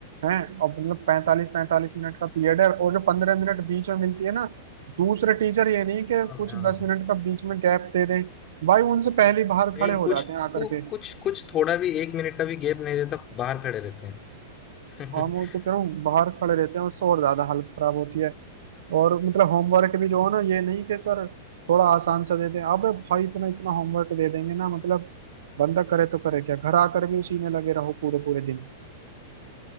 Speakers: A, on the right; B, on the left.
A: हैं और मतलब पैंतालीस पैंतालीस मिनट का पीरियड है और जो पंद्रह मिनट बीच में मिलती है ना दूसरे टीचर ये नहीं कि
B: हाँ
A: कुछ
B: भाई, हाँ
A: दस
B: भाई।
A: मिनट का बीच में गैप दे दें भाई उनसे पहले ही बाहर
B: नहीं
A: खड़े हो
B: कुछ
A: जाते
B: कु-
A: हैं आकर के
B: कुछ कुछ थोड़ा भी एक मिनट का भी गैप नहीं रहता बाहर खड़े रहते हैं
A: हम वो
B: <laughs>
A: तो कह रहा हूँ बाहर खड़े रहते हैं उससे और ज्यादा हालत खराब होती है और मतलब होमवर्क भी जो है ना ये नहीं कि सर थोड़ा आसान सा दे दें अबे भाई इतना इतना होमवर्क दे देंगे ना मतलब बंदा करे तो करे क्या घर आकर भी उसी में लगे रहो पूरे पूरे दिन